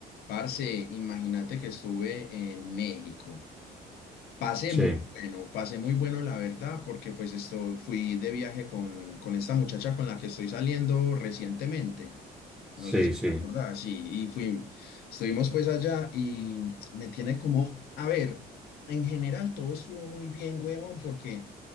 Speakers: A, on the left; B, in the centre.
A: Parce, imagínate que estuve en México. Pasé
B: Sí,
A: muy bueno, pasé muy bueno la verdad, porque pues esto fui de viaje con, con esta muchacha con la que estoy saliendo recientemente. No
B: sí,
A: sé si te
B: sí.
A: acuerdas, sí, y fui, estuvimos pues allá y me tiene como, a ver, en general todo estuvo muy bien, huevón, porque